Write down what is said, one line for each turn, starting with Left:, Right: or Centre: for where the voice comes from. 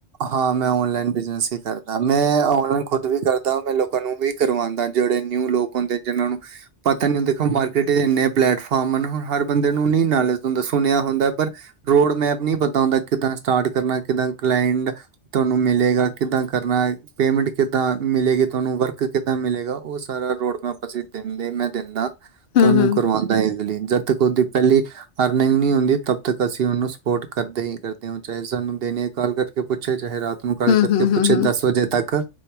Right: ਹਾਂ ਮੈਂ ਓਨਲਾਈਨ ਬਿਜਨਸ ਹੀ ਕਰਦਾ, ਮੈਂ ਓਨਲਾਈਨ ਖੁਦ ਵੀ ਕਰਦਾ ਮੈਂ ਲੋਕਾਂ ਨੂੰ ਵੀ ਕਰਵਾਉਦਾ। ਜਿਹੜੇ ਨਿਊ ਲੋਕ ਹੁੰਦੇ ਜਿਨਾਂ ਨੂੰ ਪਤਾ ਨੀ ਹੁੰਖ ਮਾਰਕੀਟ ਦੇ ਇੰਨੇ ਪਲੇੈਟਫਾਰਮ ਹੁਣ ਹਰ ਬੰਦੇ ਨੂੰ ਨਹੀਂ ਨਜ ਹੁੰਦਾ, ਸੁਣਿਆ ਹੁੰਦਾ ਪਰ ਰੋਡ ਮੈਪ ਨ ਪਤਾ ਹੁੰਦਾ ਕਿੱਦਾਂ ਸਟਾਰਟ ਕਰਨਾ ਕਿੱਦਾਂ ਕਲਾਟ ਤੁਹਾਨੂੰ ਮਿਲੇਗਾ, ਕਿੱਦਾਂ ਕਰਨਾ, ਪੇਮੈਂਟ ਕਿੱਦਾਂ ਮਿਲੇਗੀ, ਤੁਹਾਨੂੰ ਵਰਕ ਕਿੱਦਾਂ ਮਿਲੇਗਾ, ਉਹ ਸਾਰਾ ਰੋਡਮੈਪ ਅਸੀਂ ਦਿੰਦੇ। ਮੈਂ ਦਿੰਦਾ।
Left: ਹੁੰ,
Right: ਤਾਂ ਉਹਨੂੰ
Left: ਹੁੰ।
Right: ਕਰਵਾਉਂਦਾ ਹੈ ਗਲੀਨ <inaudible> ਜਦ ਤਕ ਦੀ ਪਹਿਲੀ ਅਰਨਿੰਗ ਨ ਹੁੰਦੀ, ਤਬ ਤਕ ਅਸੀ ਓਨੂੰ ਸਪੋਰਟ ਕਰਦੇ ਹੀ ਕਰਦੇ ਹਾ, ਚਾਹੇ ਸਾਨੂੰ ਪੁੱਛੇ ਚਾਹੇ ਰਾ <inaudible> ਆਪ ਨੂੰ ਗੱਲ
Left: ਹੂੰ,
Right: ਕਰਕੇ
Left: ਹੂੰ,
Right: ਪੁੱਛੇ,
Left: ਹੂੰ, ਹੂੰ।
Right: ਦਸ ਵਜੇ ਤੱਕ